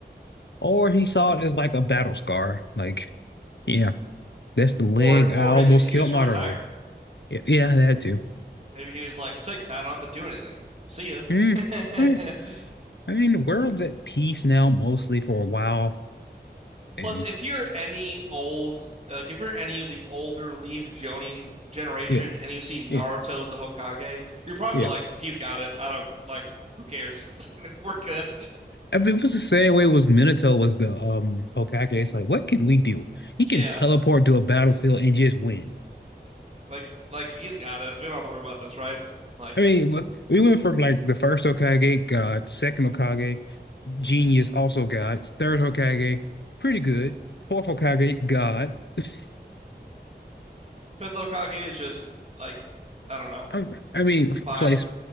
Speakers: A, on the left; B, on the right.
A: Or he saw it as like a battle scar. Like, yeah, that's the leg
B: or or
A: I almost
B: his excuse
A: killed
B: to
A: Madara
B: retire.
A: with. Yeah, yeah, that too.
B: Maybe he was like sick, now I don't have to do anything. See ya.
A: Mm,
B: <laughs>
A: I mean, I mean, the world's at peace now, mostly for a while, and
B: Plus, if you're any old, like if you're any of the older Leaf Jonin generation
A: yeah,
B: and you see Naruto's
A: yeah,
B: the Hokage, you're probably
A: yeah.
B: like, he's got it. I don't like, who cares? <laughs> We're good.
A: I it was the same way was Minato was the um Hokage. It's like, what can we do? He
B: Yeah,
A: can teleport to a battlefield and just win.
B: like like he's got it. We don't have to worry about this, right? Like
A: I mean, wha- we went from like the first Hokage, God, second Hokage, genius, also God, third Hokage, pretty good, fourth Hokage, God. <laughs>
B: Fifth Hokage is just like, I don't know,
A: I, I mean, f-
B: fine.
A: place,